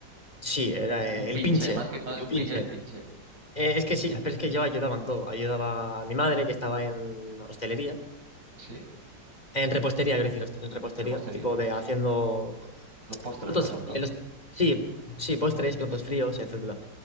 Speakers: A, on the left (about 20°); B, on the right (about 70°).
A: Sí, era
B: Un
A: eh,
B: un pinche,
A: el pinche,
B: más que más,
A: el
B: un
A: pinche.
B: pin- eres pinche.
A: Eh, es que sí, ah, pero es que yo ayudaba en todo. Ayudaba a mi madre, que estaba en hostelería,
B: ¿Sí?
A: en repostería, quiero decir, host- en repostería,
B: En repostería.
A: tipo de haciendo co-
B: Los postres,
A: platos,
B: por ejemplo.
A: eh, los- sí, sí, postres, platos fríos, etcétera.